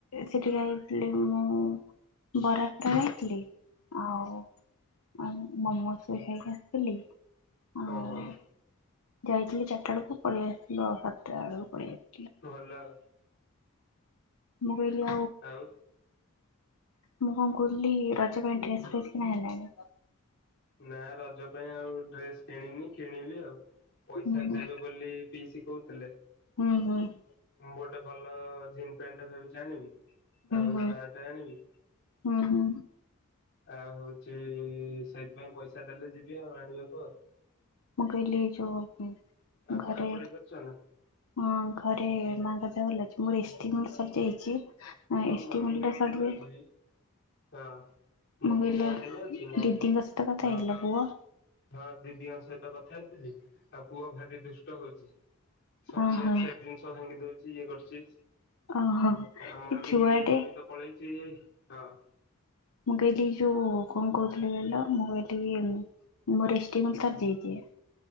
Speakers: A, on the left; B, on the left.
A: ସେଠିକି ଯାଇଥିଲି ମୁଁ ବରା ଫରା ଖାଇଥିଲି ଆଉ ମୋମୋ ବି ଖାଇକି ଆସିଥିଲି। ଆଉ
B: ଓହୋ।
A: ଯାଇଥିଲି ଚାରିଟା ବେଳକୁ ପଳେଇ ଆସିଥିଲୁ ସାତଟା ବେଳକୁ ପଳେଇଆସିଥିଲୁ।
B: ଭଲ ଆଉ।
A: ମୁଁ କହିଲି
B: ଆଉ?
A: ମୁଁ କଣ କହୁଥିଲି ରଜ ପାଇଁ ଡ୍ରେସ ଫେସ୍ କିଣା ହେଲାଣି?
B: ନା ରଜ ପାଇଁ ଆଉ ଡ୍ରେସ କିଣିନି କିଣିବି ଆଉ, ପଇସା
A: ହୁଁ ହୁଁ
B: ଦେବେ ବୋଲି ପିଇସି କହୁଥିଲେ
A: ହୁଁ ହୁଁ
B: ଗୋଟେ ଭଲ ଜିନ୍ ପ୍ୟାଣ୍ଟ ଟା ଭାବିଚି ଆଣିବି ଆଉ
A: ହୁଁ
B: ସାର୍ଟ ଆଣିବି
A: ହୁଁ ହୁଁ।
B: ଆଉ ହଉଚ ପାଇଁ ପଇସା ଦେଲେ ଯିବି ଯିବା ଆଣିବାକୁ ଆଉ।
A: ମୁଁ କହିଲି ଯୋଉ <inaudible>
B: ଆଉ
A: ଘରେ
B: ପଢାପଢି କରୁଛ ନା?
A: ହଁ ଘରେ ମାଆଙ୍କ ଭଲ ଅଛି ମୋର <unintelligible> ସରିଯାଇଛି।
B: ହଁ
A: ଏସ୍
B: ମମି
A: ଟି ମିଲ୍
B: ଦେହ
A: ଟା ସରିଲେ
B: ଭଲ ଅଛି <inaudible> ହଁ। ମମି
A: ମୁଁ କହିଲି
B: ଦେହ ଭଲ ଅଛି, ମମି
A: ଦିଦିଙ୍କ ସହିତ କଥା
B: ହଁ
A: ହେଇଥିଲ ପୁଅ
B: ହଁ ଦିଦିଙ୍କ ସହିତ କଥା ହେଇଥିଲି ଆଉ ପୁଅ ଭାରି ଦୁଷ୍ଟ ହଉଛି। <inaudible> ସବୁ
A: ଓହୋ
B: ଇଆଡ଼େ ସିଆଡେ ଜିନିଷ ଭାଙ୍ଗି ଦଉଛି ଇଏ କରୁଛି <inaudible>
A: ଓହୋ
B: ଆମ
A: ଏ
B: ମ
A: ଛୁଆଟେ
B: ମମି ତ ପଳାେଇଛି ହଁ <inaudible>
A: ମୁଁ କହିଲି ଯୁ କଣ କୋହୁଥିଲି କହିଲ ମୋର <unintelligible> ଏଶ ଟିମଲ ସରଦେଇଦଏ-